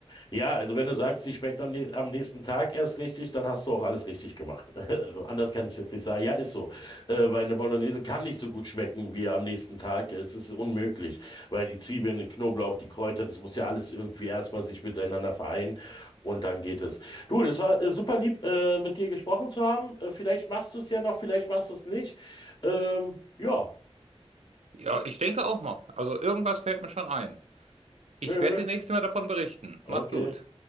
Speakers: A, on the left; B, on the right.
A: Ja, also wenn du sagst, sie schmeckt am, nächst- am nächsten Tag erst richtig, dann hast du auch alles richtig gemacht. <laughs> Anders kann ich jetzt nicht sagen. Ja, ist so. Äh, weil eine Bolognese kann nicht so gut schmecken wie am nächsten Tag. Es ist unmöglich, weil die Zwiebeln, der Knoblauch, die Kräuter, das muss ja alles irgendwie erstmal sich miteinander vereinen und dann geht es. Du, das war äh, super lieb, äh, mit dir gesprochen zu haben. Äh, vielleicht machst du es ja noch, vielleicht machst du es nicht. Ähm, ja,
B: Ja, ich denke auch mal. Also irgendwas fällt mir schon ein.
A: tschö.
B: Ich werde demnächst mal davon berichten.
A: Okay.
B: Mach's gut.